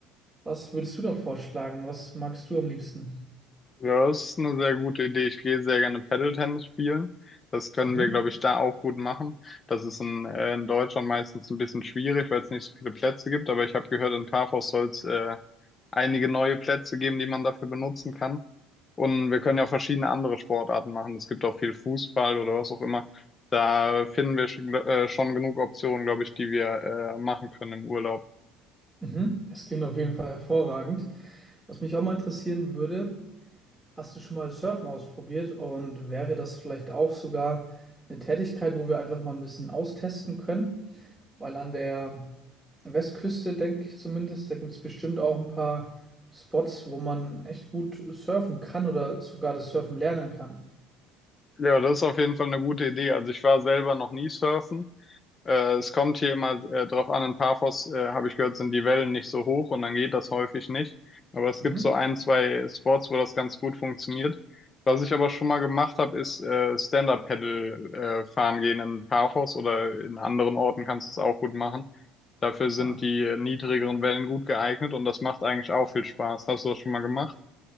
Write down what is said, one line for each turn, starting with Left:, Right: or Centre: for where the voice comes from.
Centre: Was würdest du da vorschlagen? Was magst du am liebsten?
Left: Ja, das ist eine sehr gute Idee. Ich gehe sehr gerne Paddle-Tennis spielen. Das können
Centre: Mhm.
Left: wir, glaube ich, da auch gut machen. Das ist in, äh, in Deutschland meistens ein bisschen schwierig, weil es nicht so viele Plätze gibt. Aber ich habe gehört, in Parkhaus soll es äh, einige neue Plätze geben, die man dafür benutzen kann. Und wir können ja verschiedene andere Sportarten machen. Es gibt auch viel Fußball oder was auch immer. Da finden wir schon, äh, schon genug Optionen, glaube ich, die wir äh, machen können im Urlaub.
Centre: Mhm. Das klingt auf jeden Fall hervorragend. Was mich auch mal interessieren würde, hast du schon mal Surfen ausprobiert und wäre das vielleicht auch sogar eine Tätigkeit, wo wir einfach mal ein bisschen austesten können? Weil an der Westküste, denke ich zumindest, da gibt es bestimmt auch ein paar Spots, wo man echt gut surfen kann oder sogar das Surfen lernen kann.
Left: Ja, das ist auf jeden Fall eine gute Idee. Also ich war selber noch nie surfen. Äh, es kommt hier immer äh, drauf an, in Paphos, äh, habe ich gehört, sind die Wellen nicht so hoch und dann geht das häufig nicht. Aber es
Centre: Mhm.
Left: gibt so ein, zwei Sports, wo das ganz gut funktioniert. Was ich aber schon mal gemacht habe, ist äh, Stand-Up-Paddle äh, fahren gehen in Paphos oder in anderen Orten kannst du es auch gut machen. Dafür sind
Centre: Ah,
Left: die äh, niedrigeren Wellen gut geeignet und das macht eigentlich auch viel Spaß. Hast du das schon mal gemacht?